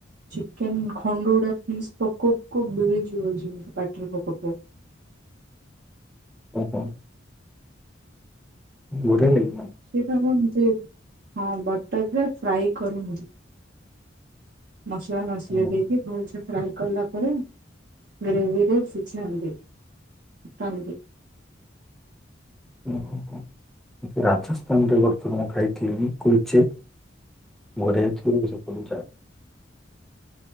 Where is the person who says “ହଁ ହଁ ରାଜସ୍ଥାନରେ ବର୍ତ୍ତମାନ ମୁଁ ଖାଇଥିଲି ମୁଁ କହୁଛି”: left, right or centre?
Centre